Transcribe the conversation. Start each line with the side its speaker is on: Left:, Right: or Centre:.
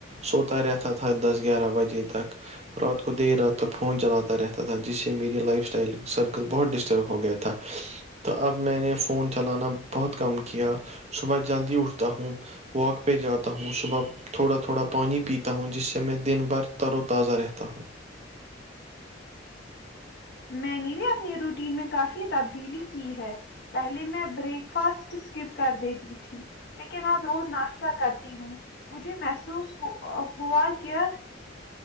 Right: سوتا رہتا تھا دس گیارہ بجے تک رات کو دیر رات تک فون چلاتا رہتا تھا جس سے میری لائف اسٹائل سرکل بہت ڈسٹرب ہو گیا تھا تا تو اب میں نے فون چلانا بہت کم کیا صبح جلدی اٹھتا ہوں واک پہ جاتا ہوں صبح تھوڑا تھوڑا پانی پیتا ہوں جس سے میں دن بھر تر و تازہ رہتا ہوں
Left: میں نے بھی اپنی روٹین میں کافی تبدیلی کی ہے پہلے میں بریک فاسٹ اسکپ کر دیتی تھی لیکن اب رت ناشتہ کرتی ہوں مجھے محسوس ہوا کہ